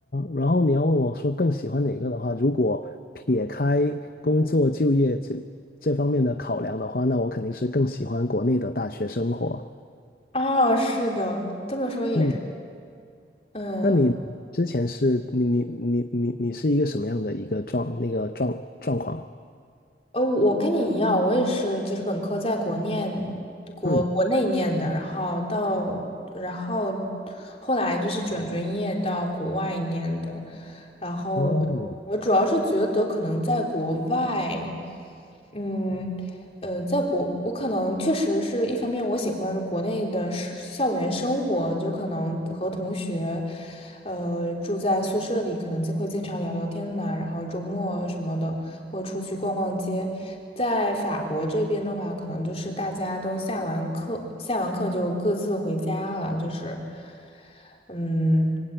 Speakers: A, on the left (about 55°); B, on the left (about 35°).
A: 然后你要问我说更喜欢哪个的话，如果撇开工作就业这这方面的考量的话，那我肯定是更喜欢国内的大学生活。
B: 啊，是的，这么说也是，
A: 嗯，
B: 嗯
A: 那你呢之前是你你你你你是一个什么样的一个状那个状状况？
B: 呃，我跟你一样，我也是，就是本科在国念国国内念的，
A: 嗯，
B: 然后到然后后来就是转专业到国外念的，然后我我主要是觉得可能在国外。
A: 哦，
B: 嗯，呃，在国，我可能确实是一方面，我喜欢国内的是校园生活，就可能和同学，呃，住在宿舍里，可能就会经常聊聊天呐、然后周末什么的会出去逛逛街。在法国这边的话，可能就是大家都下完课，下完课就各自回家了，就是。嗯，